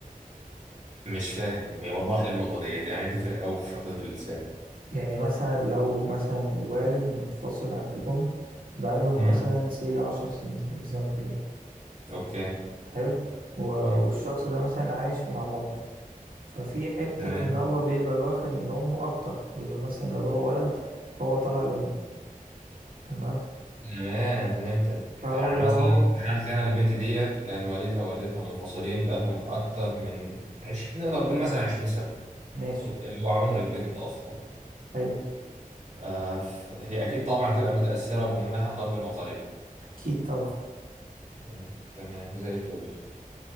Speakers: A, on the right; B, on the right.
A: مش فاهم وضح لي النقطة ديت يعني بتفرق أوي في شخصية الإنسان
B: يعني مثلا لو مثلا الوالد منفصل عن الأم بقالهم
A: امم
B: مثلا سي عشر سنين اكزامبل يعني
A: أوكي
B: حلو و... والشخص
A: امم
B: ده مثلا عايش مع مامته ففي حتة
A: تمام
B: إن هو بيبقى واخد من أمه أكتر بيبقى مثلا لو هو ولد فهو طالع لأمه تمام
A: تمام فهمتك
B: فهو
A: يعني
B: لو
A: مثلا
B: هو
A: في حالتي أنا البنت ديت كان والدها ووالدتها منفصلين بقالهم أكتر من عش... نقدر نقول مثلا 20 سنة
B: ماشي
A: اوكي اللي هو عمر البنت اصلا
B: حلو
A: آه ف... هي اكيد طبعا هتبقى متاثره بامها قلبا وقالبا
B: اكيد طبعا
A: مم. تمام زي الفل